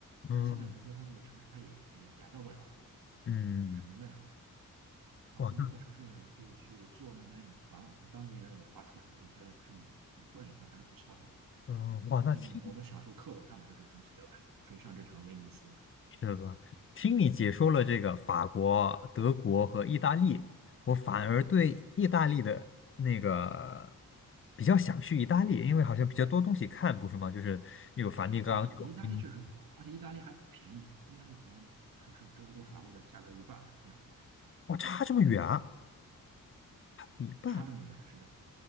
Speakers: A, on the left; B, on the right.
A: 嗯
B: 他现在比如说他那个城市，他也也改造不了，
A: 嗯，
B: 他只能那样了。啊，
A: 哇，
B: 不过那个城市可以去坐那边有船嘛，
A: 那
B: 他当地人有划船，可以在这里转一转，还是不错的。
A: 嗯哇，那听
B: 毕竟我们小时候课本上的就这个东西，对吧？水上之城威尼斯，
A: 是吧？听你解说了这个法国、德国和意大利，我反而对意大利的那个比较想去意大利，因为好像比较多东西看，不是吗？就是有梵蒂冈，
B: 对对对，
A: 有威尼斯
B: 意大利确实多，而且意大利还便宜，意大利可能只是德国、法国的价格的一半，这样
A: 哇，差这么远啊，差一半，
B: 差这么远，是的。